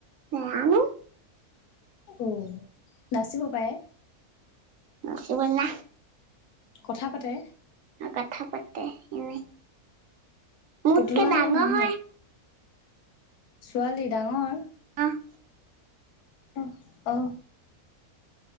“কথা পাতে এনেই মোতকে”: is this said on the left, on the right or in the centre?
Right